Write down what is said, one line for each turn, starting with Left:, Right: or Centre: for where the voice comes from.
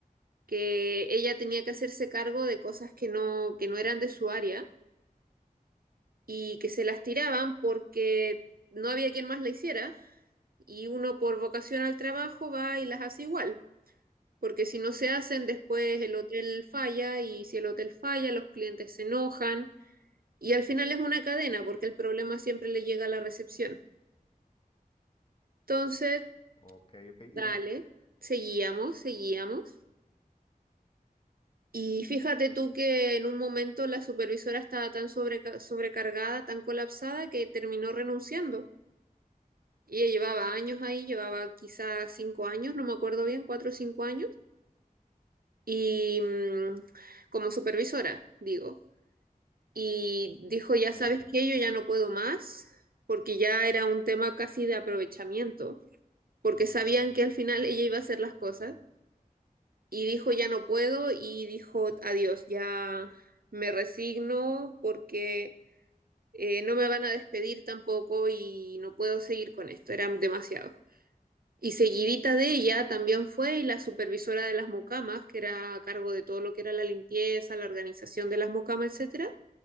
Right: que ella tenía que hacerse cargo de cosas que no, que no eran de su área y que se las tiraban porque no había quien más la hiciera y uno por vocación al trabajo va y las hace igual, porque si no se hacen después el hotel falla y si el hotel falla los clientes se enojan y al final es una cadena porque el problema siempre le llega a la recepción. Entonces,
Left: Ok, ok.
Right: dale,
Left: Y en-
Right: seguíamos, seguíamos Y fíjate tú que en un momento la supervisora estaba tan sobreca- sobrecargada, tan colapsada, que terminó renunciando. Ella llevaba años ahí, llevaba quizás cinco años, no me acuerdo bien, cuatro o cinco años, y mm, como supervisora, digo. Y dijo, ya
Left: ok.
Right: sabes que yo ya no puedo más, porque ya era un tema casi de aprovechamiento, porque sabían que al final ella iba a hacer las cosas. y dijo ya no puedo y dijo adiós, ya me resigno porque eh, no me van a despedir tampoco y no puedo seguir con esto, era demasiado. Y seguidita de ella también fue y la supervisora de las mocamas, que era a cargo de todo lo que era la limpieza, la organización de las mocamas, etcétera,